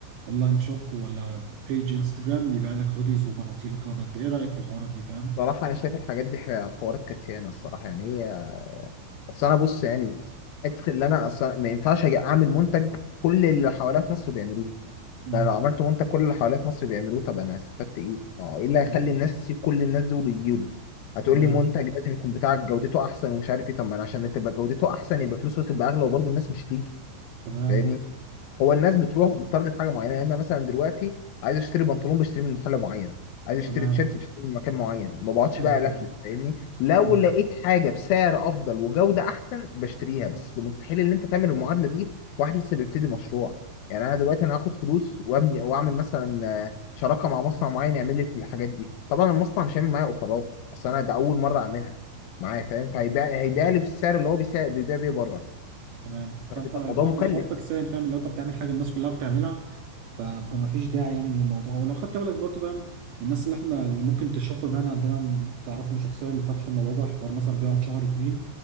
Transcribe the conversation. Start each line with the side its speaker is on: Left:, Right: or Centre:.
Right: اونلاين شوب ولا بيج انستجرام بيبيع لك هوديز وبناطيل والجو ده انت ايه رايك في الحوارات دي فاهم؟
Left: صراحة أنا شايف الحاجات دي ح- حوارات كتيانة الصراحة يعني هي بس انا بص يعني حته اللي انا اصلا ما ينفعش اجي اعمل منتج كل اللي حواليا في مصر بيعملوه
Right: مم.
Left: يعني لو عملت منتج كل اللي حواليا في مصر بيعملوه طب انا استفدت ايه؟ ما هو ايه اللي هيخلي
Right: مم.
Left: الناس تسيب كل الناس دول ويجيوا لي؟ هتقول
Right: تمام
Left: لي منتج لازم يكون بتاعك جودته احسن ومش عارف ايه طب ما انا عشان تبقى جودته احسن يبقى فلوسه تبقى اغلى وبرضه الناس مش هتيجي
Right: تمام
Left: فاهمني؟ هو الناس بتروح بتارجت حاجه معينه يعني انا مثلا دلوقتي عايز اشتري بنطلون بشتري من محل معين عايز اشتري
Right: تمام
Left: تيشيرت بشتري من مكان معين ما بقعدش
Right: ايوه
Left: بقى الفلف
Right: تمام
Left: فاهمني لو
Right: مم.
Left: لقيت حاجه بسعر افضل وجوده احسن بشتريها بس مستحيل ان انت تعمل المعادله دي واحد لسه بيبتدي مشروع يعني انا دلوقتي انا هاخد فلوس وابني واعمل مثلا آه، شراكه مع مصنع معين يعمل لي في الحاجات دي طبعا المصنع مش هيعمل معايا اوفرات بس انا ده اول مره اعملها معايا فاهم فهيبيع هيبيع لي بالسعر اللي هو بيسا- بيبيع بيه بره
Right: تمام
Left: فهتبقى
Right: فانت فاهم
Left: الموضوع مكلف
Right: الحوار فكسان فاهم اللي هو انت بتعمل حاجه الناس كلها بتعملها ف- فما فيش داعي يعني من الموضوع ولو خدت بالك برضه فاهم الناس اللي احنا اللي ممكن تشوفهم يعني عندنا م- تعرفهم شخصيا اللي فتحوا الموضوع ده الحوار مثلا بيقعد شهر اتنين